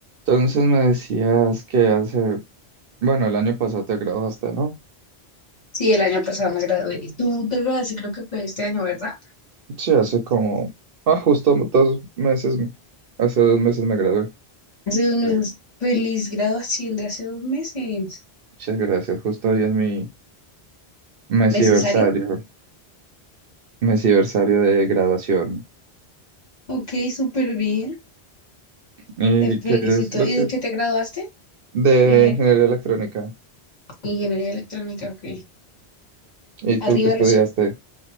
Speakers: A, on the right; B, on the left.
A: Entonces me decías que hace, bueno, el año pasado te graduaste, ¿no?
B: Sí, el año pasado me gradué. Y Tú te graduaste, creo que fue este año, ¿verdad?
A: Sí, hace como, ah, justo dos meses, hace dos meses me gradué.
B: Hace dos
A: Claro.
B: meses. Feliz graduación de hace dos meses.
A: Muchas gracias, justo hoy es mi mesiversario,
B: ¿Necesaria?
A: mesiversario de graduación.
B: Ok, súper bien.
A: ¿Y
B: Te felicito.
A: qué es lo
B: ¿Y
A: que?
B: de qué te graduaste?
A: De
B: Eh,
A: ingeniería electrónica.
B: ingeniería electrónica, ok.
A: ¿Y tú
B: Arriba
A: qué estudiaste?
B: los...